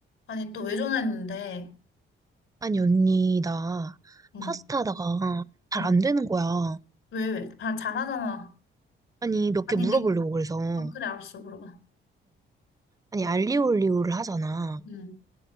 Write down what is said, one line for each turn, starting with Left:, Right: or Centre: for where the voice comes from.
Left: 아니, 또 왜 전화했는데?
Right: 아니, 언니, 나
Left: 응.
Right: 파스타 하다가 잘
Left: 응.
Right: 안 되는 거야.
Left: 왜, 왜? 다 잘하잖아.
Right: 아니, 몇
Left: 아니,
Right: 개 물어보려고
Left: 니,
Right: 그래서. 응.
Left: 아, 그래, 알았어, 물어봐.
Right: 아니, 알리올리오를 하잖아.
Left: 응.